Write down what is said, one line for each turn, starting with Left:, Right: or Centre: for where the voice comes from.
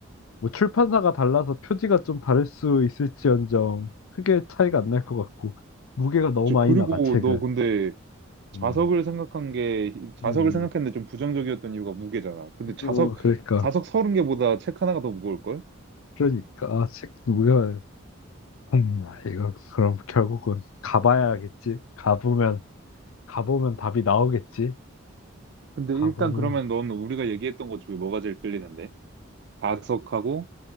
Left: 뭐 출판사가 달라서 표지가 좀 다를 수 있을지언정 크게 차이가 안 날 것 같고 무게가 너무
Right: 그치.
Left: 많이
Right: 그리고
Left: 나가 책을.
Right: 너 근데
Left: 음,
Right: 자석을 생각한 게, 자석을
Left: 음,
Right: 생각했는데 좀 부정적이었던 이유가 무게잖아. 근데 자석,
Left: 어, 그러니까,
Right: 자석 서른 개보다 책 하나가 더 무거울걸?
Left: 그러니까 아, 책 무게가 음, 이거 그럼 결국은 가봐야겠지. 가보면 가보면 답이 나오겠지.
Right: 근데
Left: 가보면
Right: 일단 그러면 넌 우리가 얘기했던 것 중에 뭐가 제일 끌리는데? 자석하고,